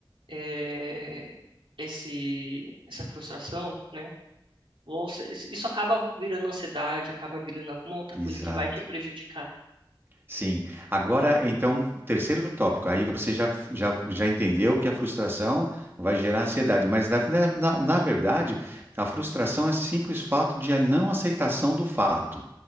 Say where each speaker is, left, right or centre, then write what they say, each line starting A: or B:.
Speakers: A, on the right; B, on the right.
A: é, esse, essa frustração, né? Você, isso acaba virando ansiedade, acaba virando alguma outra
B: Exato.
A: coisa que vai te prejudicar,
B: Sim. Agora, então, terceiro tópico. Aí você já, já, já entendeu que a frustração vai gerar ansiedade, mas na, na, na verdade, a frustração é simples fato de a não aceitação do fato.